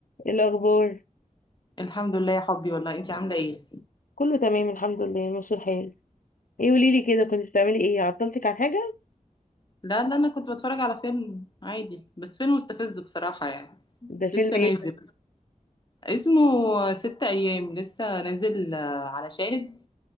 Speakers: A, on the left; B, on the left.
A: إيه الاخبار
B: الحمد لله يا حبي والله انتي عامله ايه
A: كله تمام الحمد لله ماشي الحال ايه قولي لي كده كنت بتعملي ايه عطلتك عن حاجه
B: لا لا انا كنت بتفرج على فيلم عادي بس فيلم مستفز بصراحه يعني
A: ده فيلم
B: لسه
A: ايه
B: نازل
A: ده
B: اسمه ست ايام لسه نازل آه، على شاهد